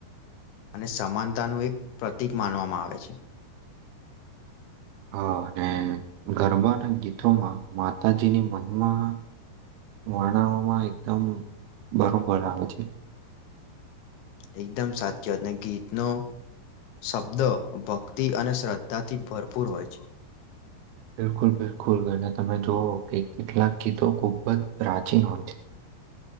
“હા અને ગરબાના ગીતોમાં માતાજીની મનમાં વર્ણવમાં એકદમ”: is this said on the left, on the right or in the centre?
Right